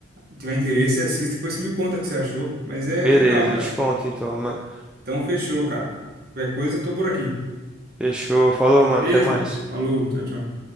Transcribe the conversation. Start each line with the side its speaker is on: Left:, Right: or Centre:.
Right: você tiver interesse, você assiste. Depois você me conta o que você achou. Mas é,
Centre: Beleza,
Right: é legal, cara.
Centre: eu te conto então, mano.
Right: Então, fechou, cara. Qualquer coisa, eu tô por aqui.
Centre: Fechou. Falou, mano.
Right: Beleza?
Centre: Até mais.
Right: Falou. Tchau, tchau.